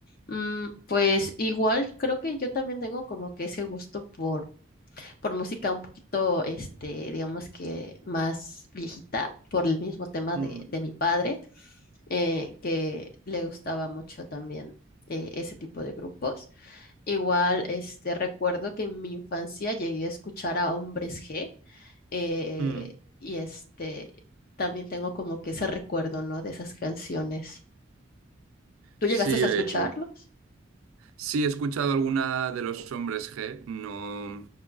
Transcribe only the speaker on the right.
Mm,
mm.
Sí,
eh,
Sí, he escuchado alguna de los hombres G. No,